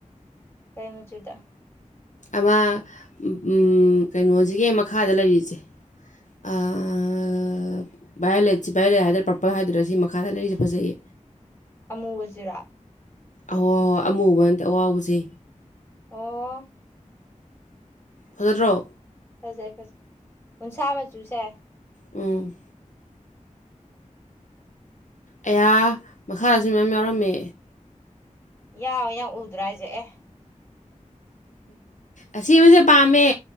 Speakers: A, on the left (about 15°); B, on the left (about 65°).
A: ꯀꯩ ꯃꯆꯨꯗ
B: ꯑꯃ ꯎꯨꯝ ꯀꯩꯅꯣꯁꯤꯒꯤꯍꯦ ꯃꯈꯥꯗ ꯂꯩꯔꯤꯁꯦ ꯑꯥ ꯚꯥꯏꯌꯔꯂꯦꯠ ꯁꯤ ꯚꯥꯏꯌꯔꯂꯦꯠ ꯍꯥꯏꯗꯔꯥ ꯄꯔꯄꯜ ꯍꯥꯏꯗꯨꯔꯥ ꯁꯤ ꯃꯈꯥꯗ ꯂꯩꯔꯤꯁꯦ ꯐꯖꯩꯌꯦ
A: ꯑꯃꯨꯕꯖꯤꯔꯣ
B: ꯑꯍꯣꯍꯣꯏ ꯑꯃꯨꯕꯟꯇꯦ ꯑꯋꯥꯎꯕꯖꯦ
A: ꯑꯣ
B: ꯐꯖꯗ꯭ꯔꯣ
A: ꯐꯖꯩ ꯐꯖꯩ ꯎꯟꯁꯥ ꯃꯆꯨꯁꯦ
B: ꯎꯨꯝ ꯑꯩꯌꯥ ꯃꯈꯥꯗꯁꯨ ꯃꯌꯥꯝ ꯌꯥꯎꯔꯝꯃꯦ
A: ꯌꯥꯎꯋꯦ ꯅꯪ ꯎꯗ꯭ꯔꯥ ꯍꯥꯏꯁꯦ ꯑꯦ
B: ꯑꯁꯤꯃꯁꯦ ꯄꯥꯝꯃꯦ